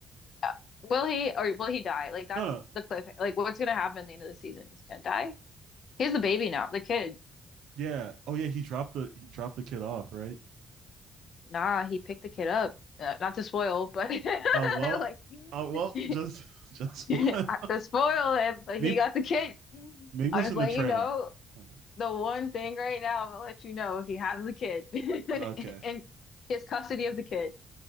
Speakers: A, on the left; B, on the right.
A: uh, will he or will he die? Like that's
B: No, no.
A: the cliff. Like what's gonna happen at the end of the season? He's gonna die. He's the baby now, the kid.
B: Yeah. Oh yeah, he dropped the he dropped the kid off, right?
A: Nah, he picked the kid up. Uh, not to spoil, but <laughs>
B: Oh uh, well.
A: like <laughs>
B: Oh uh, well, <laughs> just just
A: not
B: one.
A: to spoil it, but
B: <laughs> maybe
A: he got the kid.
B: maybe
A: I'll
B: it was
A: just
B: in
A: let
B: the trailer.
A: you know
B: Oh,
A: the one thing right now. I'm gonna let you know he has the kid <laughs>
B: no. Okay.
A: and he has custody of the kid.